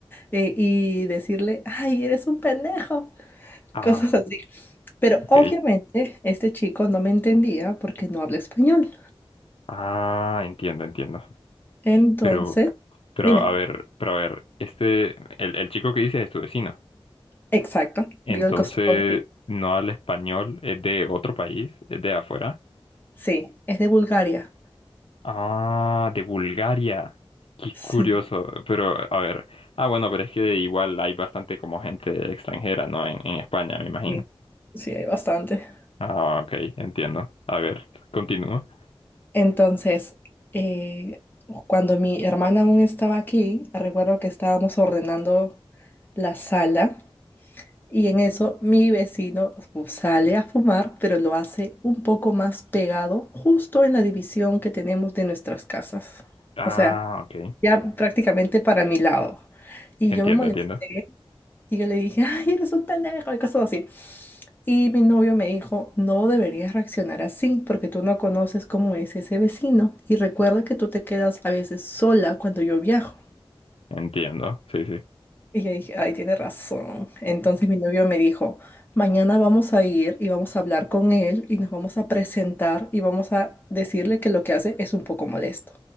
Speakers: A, on the left; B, on the left.
A: eh, y decirle, ay, eres un pendejo, <laughs>
B: Ah,
A: cosas así. Pero
B: ok.
A: obviamente este chico no me entendía porque no habla español.
B: Ah, entiendo, entiendo.
A: Entonces,
B: Pero, pero
A: dime,
B: a ver, pero a ver, este, el, el chico que dices es tu vecino.
A: exacto,
B: Entonces,
A: vivo al costado de él.
B: ¿no habla español? ¿Es de otro país? ¿Es de afuera?
A: Sí, es de Bulgaria.
B: Ah, de Bulgaria. Qué
A: Sí,
B: curioso. Pero, a ver. Ah, bueno, pero es que igual hay bastante como gente extranjera, ¿no? En, en España, me imagino.
A: sí, sí, hay bastante.
B: Ah, ok, entiendo. A ver, continúo.
A: Entonces, eh, cuando mi hermana aún estaba aquí, recuerdo que estábamos ordenando la sala y en eso mi vecino fu- sale a fumar, pero lo hace un poco más pegado, justo en la división que tenemos de nuestras casas.
B: Ah,
A: O sea,
B: ok.
A: ya prácticamente para mi lado. Y
B: Entiendo,
A: yo me molesté.
B: entiendo.
A: Y yo le dije, <laughs> ay, eres un pendejo y cosas así. Y mi novio me dijo, no deberías reaccionar así porque tú no conoces cómo es ese vecino. Y recuerda que tú te quedas a veces sola cuando yo viajo.
B: Entiendo. Sí, sí.
A: Y yo dije, ay, tiene razón. Entonces mi novio me dijo, mañana vamos a ir y vamos a hablar con él y nos vamos a presentar y vamos a decirle que lo que hace es un poco molesto.